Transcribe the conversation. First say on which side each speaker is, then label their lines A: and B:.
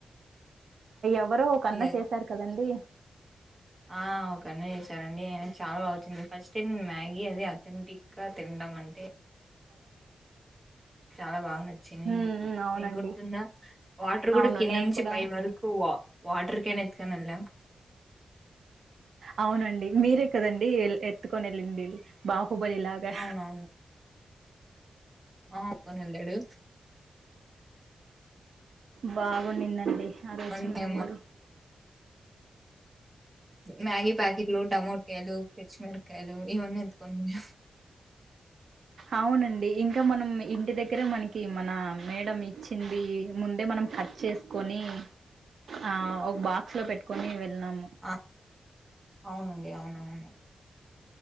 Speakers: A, on the right; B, on the right.
A: ఎవరో ఒక అన్న
B: ఇగ
A: చేశారు కదండి
B: ఆ ఒకన్న చేశారండి అయినా చాలా బాగా వచ్చింది ఫస్ట్ మ్యాగీ అది అథెంటిక్గా తినడం అంటే
A: <inaudible>
B: చాలా బాగనచ్చింది
A: ఉమ్
B: చిన్ని
A: అవునండి
B: మీకు గుర్తుందా వాటర్ కూడా
A: అవును
B: కింద
A: నేను
B: నుంచి
A: కూడా
B: పై వరకు వాటర్ క్యాన్ ఎత్తుకొనివెల్లం
A: అవునండి మీరే కదండి ఎత్తుకొని వెళ్ళింది బా బాహుబలి లాగా
B: అవునవును ఆ పోనడాడు
A: బాగుండిదండి ఆ రోజు
B: అంతే
A: మెమోరీ
B: మ్యాగి ప్యాకెట్లు టమోటో టమోటాకాయలు పచ్చిమిరకాయలు ఇవన్నీ ఎత్తుకొనిపోయిన్యం
A: అవునండి ఇంకా ఇంకా మనం ఇంటి దగ్గరే మనకి మన మేడం ఇచ్చింది ముందే మనం కట్ చేసుకొని ఆ ఒక బాక్స్ లో పెట్టుకొని వెళ్నాము
B: ఆ అవునండి అవునవును